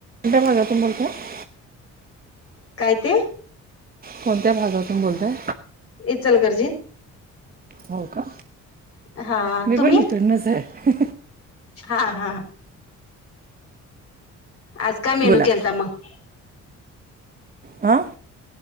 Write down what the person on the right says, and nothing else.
काय कोणता त <unintelligible>
कोणत्या भागातून बोलताय!
हो का
मी
पण इकडनच आहे.
बोला
आं!